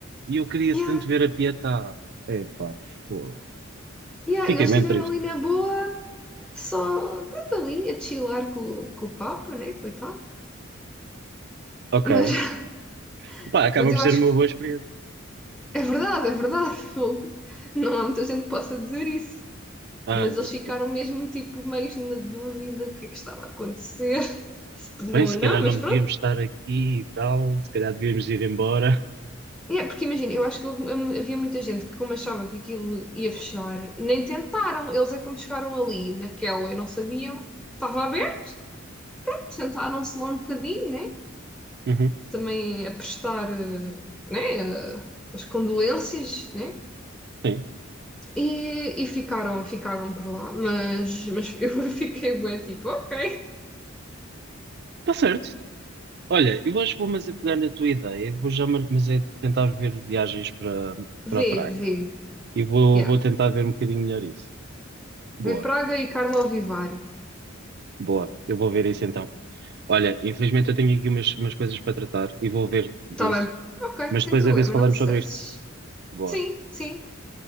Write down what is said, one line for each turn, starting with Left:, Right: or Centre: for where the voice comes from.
Right: E eu queria
Centre: Yeah,
Right: tanto ver a Pietá. Epá, fogo.
Centre: yeah.
Right: Fiquei
Centre: Eles
Right: mesmo
Centre: estiveram
Right: triste.
Centre: ali na boa, só, pronto, ali, a chilar com, com o Papa, né, coitado.
Right: Ok.
Centre: Mas, <laughs>
Right: Epá, acaba
Centre: mas
Right: por
Centre: eu
Right: ser
Centre: acho
Right: uma
Centre: que
Right: boa experiência.
Centre: é verdade, é verdade. <laughs> Não há muita gente que possa dizer isso.
Right: Ai,
Centre: mas eles ficaram mesmo tipo meio na dúvida o que é que estava a acontecer, <laughs> se podiam
Right: bem, se
Centre: ou não,
Right: calhar
Centre: mas
Right: não
Centre: pronto.
Right: devíamos estar aqui e tal, se calhar devíamos ir embora.
Centre: É, porque imagina, eu acho que houve- hum, havia muita gente que, como achava que aquilo ia fechar, nem tentaram. Eles é como chegaram ali naquela e não sabiam. Estava aberto, sentaram-se lá um bocadinho, né?
Right: Uhum,
Centre: Também a prestar, eh, né? eh, As condolências, né?
Right: sim,
Centre: E, e ficaram, ficaram por lá. Mas, mas <laughs> eu fiquei bem tipo, ok,
Right: está certo. Olha, eu acho que vou, mas é pegar na tua ideia, vou já, mar- mas é tentar ver viagens para
Centre: vê,
Right: para Praga
Centre: vê.
Right: e vou,
Centre: Yeah.
Right: vou tentar ver um bocadinho melhor isso. Boa,
Centre: Ver Praga e Carlo Vivari.
Right: boa, eu vou ver isso então. Olha, infelizmente eu tenho aqui umas, umas coisas para tratar e vou ver disso,
Centre: Tá bem. Ok,
Right: mas
Centre: sem
Right: depois
Centre: problema,
Right: a ver se falamos
Centre: não te stresses.
Right: sobre isto. Boa,
Centre: Sim, sim.